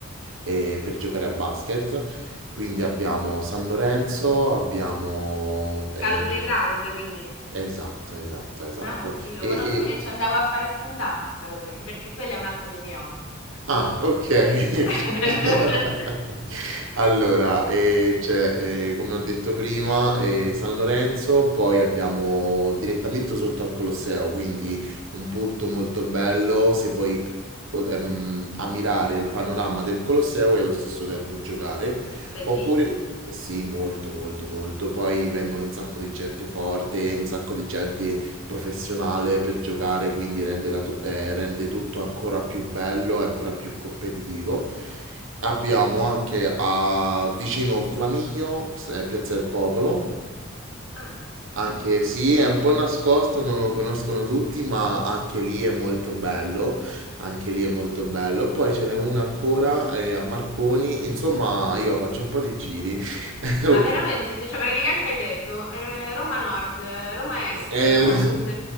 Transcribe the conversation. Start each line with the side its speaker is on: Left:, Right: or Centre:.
Right: eh, eh, per giocare a basket. Quindi abbiamo San Lorenzo, abbiamo...
Left: Scalo
Right: eh,
Left: Playground, quindi.
Right: esatto, esatto, esatto.
Left: Ah, sì, lo
Right: E,
Left: conosco.
Right: e-
Left: Io ci andavo a fare stand-up a Scalo Playground, perché quello è un altro dei miei hobby.
Right: Ah, ok.
Left: <laughs>
Right: <laughs> Allora, eh, c'è, eh, come ho detto prima, eh, San Lorenzo, poi abbiamo direttamente sotto al Colosseo, quindi un punto molto bello se vuoi o- ehm, ammirare il panorama del Colosseo e allo stesso tempo giocare.
Left: Bellissimo.
Right: Oppure, eh sì, molto, molto, molto. Poi vengono un sacco di gente forte, un sacco di gente professionale per giocare, quindi rende, la tu- eh, rende tutto ancora più bello e ancora più competitivo. Abbiamo anche a vicino Flaminio, eh, Piazza del Popolo,
Left: Ah,
Right: anche sì, è un po' nascosto, non lo conoscono tutti, ma anche lì è molto bello, anche lì è molto bello. Poi ce n'è una ancora eh, a Marconi, insomma io faccio un po' di giri. <laughs>
Left: Ma veramente, cioè, cioè, praticamente hai detto eh, Roma Nord, eh, Roma Est,
Right: Eh,
Left: Roma Sud,